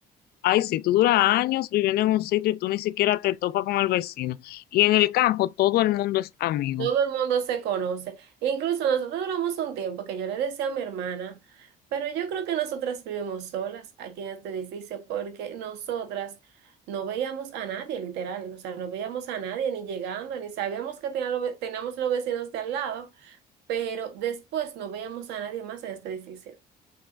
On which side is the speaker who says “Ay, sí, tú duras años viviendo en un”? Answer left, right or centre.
Left